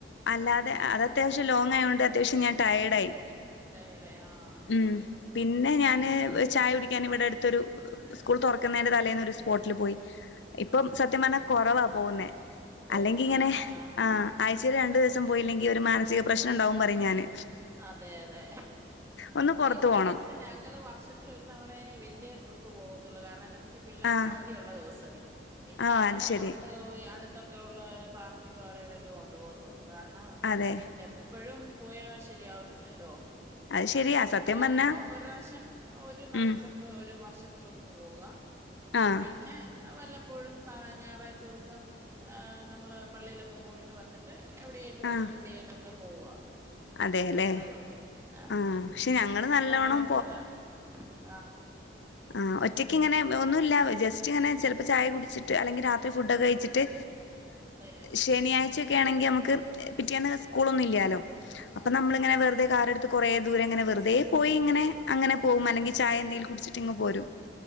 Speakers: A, on the left; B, on the right.
A: അല്ലാതെയോ, അത് അത്യാവശ്യം ലോങ് ആയോണ്ട് അത്യാവശ്യം ഞാൻ ടയേഡായി.
B: ടയേർഡായി ആഹ്
A: ഉം പിന്നെ ഞാന് ചായ കുടിക്കാൻ ഇവിടെ അടുത്തൊരു സ്കൂൾ തുറക്കുന്നേൻ്റെ തലേന്നൊരു സ്പോട്ടിൽ പോയി ഇപ്പം സത്യം പറഞ്ഞാ കൊറവാ പോകുന്നെ.
B: പോക്കല്
A: അല്ലെങ്കിങ്ങനെ
B: ആഹ്
A: ആ ആഴ് ആഴ്ചേൽ രണ്ട് ദിവസം പോയില്ലെങ്കി ഒരു മാനസിക പ്രശ്നംണ്ടാവും പറിം ഞാന്
B: അതെ അതെ
A: ഒന്ന് പുറത്തു
B: ഇവിടെന്ന്
A: പോണം
B: വെച്ചാ ഞങ്ങള് വർ വർഷത്തിൽ ഒരു തവണയേ വല്യ ട്രിപ്പ് പോകത്തൊള്ളൂ, കാരണമെന്നാ വെച ച്ച് പിള്ളേർക്ക്
A: ആഹ്
B: അവധിയുള്ള ദിവസവേ. പിന്നെ
A: ആഹ്
B: ഞങ്ങള്
A: അത് ശരി
B: പുറത്ത് പോയി അടു ത്തൊക്കെ ഉള്ള പാർക്കിലും അവിടെ ഇവിടെയൊക്കെ കൊണ്ടു പോകത്തൊള്ളൂ കാരണം, നമ്മള്
A: അതെ
B: എപ്പഴും പോയാ ശരിയാവത്തില്ലല്ലോ
A: അത് ശരിയാ
B: ഏ ഇപ്പൊ
A: സത്യം
B: പോകുമ്പോ
A: പറഞ്ഞാ
B: ഒരുറാവശ്യം ഒരു നല്ല
A: ഉം
B: ട്രിപ്പ് ഒരു വർഷത്തിൽ ഒന്ന് പോവുക
A: ആഹ്
B: പിന്നെ.. വല്ലപ്പോഴും സാധാ ഞായറാഴ്ച ദിവസം ഏ നമ്മള് പള്ളിയിലൊക്കെ പോയിട്ട് വന്നിട്ട് എവിടേലും അടുത്ത്
A: ആഹ്
B: എവിടേലൊക്കെ പോവ
A: അതെല്ലേ
B: അത്രയേ ഒള്ളൂ. അല്ലാതെ
A: ആഹ് പക്ഷെ ഞങ്ങള്
B: അങ്ങനെ
A: നല്ലോണം
B: നോക്കലൊന്നുമില്ല. ആണല്ലേ
A: ആ ഒറ്റയ്ക്കിങ്ങനെ ഒന്നൂല്ല ജസ്റ്റ് ഇങ്ങനെ ചെ ചായ കുടിച്ചിട്ട് അല്ലെങ്കിൽ രാത്രി ഫുഡ്ഒക്കെ കഴിച്ചിട്ട്
B: വരും
A: ശനിയാഴ്ച ണെങ്കി നമ്മക്ക് പിറ്റേന്ന് സ്കൂളൊന്നും ഇല്ല്യാലൊ. അപ്പൊ
B: അതെ
A: നമ്മള്ങ്ങനെ
B: അതെ
A: വെറുതെ കാറെടുത്ത് കൊറേ ദൂരെങ്ങെനെ വെറുതെ പോയി ഇങ്ങനെങ്ങനെ
B: പോകും ആഹ്
A: പോവും അല്ലെങ്കി ചായെ എന്തെലും
B: അതെ
A: കുടിച്ച്ട്ട്
B: അതെ
A: പോരും.
B: ആഹ്